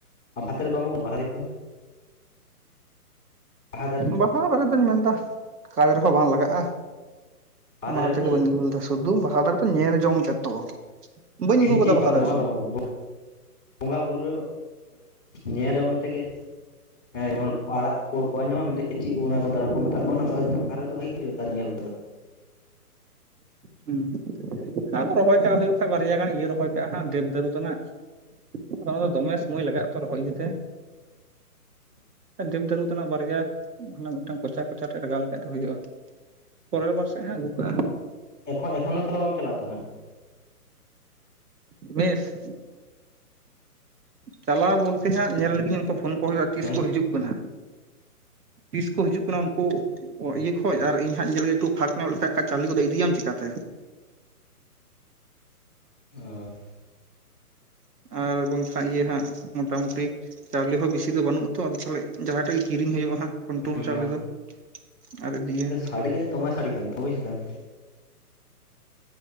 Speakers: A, in the centre; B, on the right.
A: ᱵᱟᱦᱟ ᱫᱟᱨᱮ ᱠᱚ ᱵᱟᱦᱟ ᱫᱟᱨᱮ ᱠᱚ ᱫᱟᱨᱮ
B: ᱵᱟᱦᱟ ᱫᱟᱨᱮ ᱫᱚᱩᱧ ᱢᱮᱱᱫᱟ ᱠᱟᱡᱽ ᱨᱮᱦᱚᱸ ᱵᱟᱝ ᱞᱟᱜᱟᱜᱼᱟ᱾
A: ᱵᱟᱦᱟ
B: ᱚᱱᱟ
A: ᱫᱟᱨᱮ ᱵᱟᱢ
B: ᱛᱮᱜᱮ ᱵᱟᱹᱧ ᱟᱹᱜᱩ ᱞᱮᱫᱟ ᱥᱩᱫᱩ ᱵᱟᱦᱟ ᱫᱟᱨᱮ ᱫᱚ ᱧᱮᱞ ᱡᱚᱝ ᱛᱮᱛᱚ᱾ ᱵᱟᱹᱧ ᱟᱹᱜᱩ
A: ᱪᱮᱫ
B: ᱠᱟᱫᱟ
A: ᱠᱟᱡᱨᱮ
B: ᱵᱟᱦᱟ ᱫᱟᱨᱮ
A: ᱵᱟᱝ
B: ᱫᱚ
A: ᱞᱟᱜᱟᱜ <inaudible> ᱵᱚᱸᱜᱟ ᱵᱩᱨᱩ ᱨᱮ ᱧᱮᱞ ᱡᱚᱝ ᱛᱮᱜᱮᱼᱼ ᱦᱮᱸ ᱡᱮᱢᱚᱱ ᱟᱲᱟᱜ ᱯᱚᱨ ᱠᱚ ᱧᱟᱢᱚᱜ ᱪᱮᱫ ᱚᱱᱟ ᱠᱚ ᱫᱟᱨᱮ ᱠᱚ ᱢᱮᱛᱟᱜ ᱠᱚ ᱚᱱᱟ ᱨᱮᱫᱚ ᱵᱷᱟᱜᱤ ᱜᱮ ᱦᱩᱜᱼᱟ ᱧᱮᱞ ᱛᱮᱫᱚ᱾
B: ᱦᱮᱸ ᱟᱫᱚ ᱨᱚᱦᱚᱭ ᱠᱟᱜ ᱦᱩᱭᱩᱜ ᱠᱷᱟᱱ ᱵᱟᱨᱭᱟ ᱜᱟᱱ ᱤᱭᱟᱹ ᱨᱚᱦᱚᱭ ᱠᱟᱜᱼᱟ ᱦᱟᱸᱜ ᱫᱮᱵ ᱫᱟᱹᱨᱩ ᱛᱟᱱᱟᱜ ᱟᱫᱚ ᱚᱱᱟ ᱫᱚ ᱫᱚᱢᱮ ᱥᱚᱢᱚᱭ ᱞᱟᱜᱟᱜᱼᱟ ᱛᱚ ᱨᱚᱦᱚᱭ ᱤᱭᱟᱹᱛᱮ ᱫᱮᱵ ᱫᱟᱹᱨᱩ ᱛᱟᱱᱟᱜ ᱵᱟᱨᱭᱟ ᱚᱱᱟ ᱢᱤᱫᱴᱟᱱ ᱠᱚᱪᱟ ᱠᱚᱪᱟ ᱴᱷᱮᱡ ᱞᱟᱜᱟᱣ ᱞᱮᱠᱷᱟᱡ ᱫᱚ ᱦᱩᱭᱩᱜᱼᱟ᱾ ᱯᱚᱨᱮᱨ ᱵᱟᱨ ᱥᱮᱫ ᱦᱟᱸᱜ ᱟᱹᱜᱩ ᱠᱟᱜᱼᱟ᱾
A: ᱮᱠᱷᱚ ᱮᱠᱷᱚᱱ ᱛᱚ ᱛᱟᱦᱚᱞᱮ ᱵᱟᱢ ᱪᱟᱞᱟᱜ ᱛᱚ ᱦᱟᱸᱜ?
B: ᱵᱮᱥ, ᱪᱟᱞᱟᱣ ᱵᱚᱞᱛᱮ ᱦᱟᱸᱜ ᱧᱮᱞ ᱞᱮᱜᱤᱧ ᱩᱱᱠᱩ ᱯᱷᱳᱱ ᱠᱚ ᱦᱩᱭᱩᱜᱼᱟ ᱛᱤᱥ
A: ᱦᱮᱸ
B: ᱠᱚ ᱦᱤᱡᱩᱜ ᱠᱟᱱᱟ? ᱛᱤᱥ ᱠᱚ ᱦᱤᱡᱩᱜ ᱠᱟᱱᱟ ᱩᱱᱠᱩ? ᱚ ᱤᱭᱟᱹ ᱠᱷᱚᱡ ᱟᱨ ᱤᱧ ᱦᱟᱸᱜ ᱧᱮᱞ ᱜᱮ ᱠᱚ ᱯᱷᱟᱸᱠ ᱧᱚᱜ ᱞᱮᱠᱷᱟᱡ ᱠᱷᱟᱡ ᱪᱟᱣᱞᱤ ᱠᱚᱫᱚ ᱤᱫᱤᱭᱟᱢ ᱪᱤᱠᱟᱛᱮ?
A: ᱚᱸ
B: ᱟᱨ ᱵᱟᱝ ᱠᱷᱟᱡ ᱤᱭᱟᱹ ᱦᱟᱸᱜ ᱢᱚᱴᱟ ᱢᱩᱴᱤ ᱪᱟᱣᱞᱤ ᱦᱚᱸ ᱵᱤᱥᱤ ᱫᱚ ᱵᱟᱹᱱᱩᱜ ᱟᱛᱚ ᱟᱫᱚ ᱛᱟᱦᱮᱞᱮ ᱡᱟᱦᱟᱸ ᱴᱷᱮᱡ ᱜᱮ ᱠᱤᱨᱤᱧ ᱦᱩᱭᱩᱜᱼᱟ ᱦᱟᱸᱜ, ᱯᱚᱱ ᱴᱨᱚᱞ
A: ᱦᱩᱸ
B: ᱪᱟᱣᱞᱮ ᱫᱚ ᱟᱨ ᱤᱫᱤᱭᱟ
A: ᱦᱟᱵᱤ ᱜᱮ ᱫᱚᱢᱮ ᱥᱟᱰᱮᱠᱟᱱ ᱛᱟᱢ ᱵᱩᱡᱽ ᱫᱟᱢ,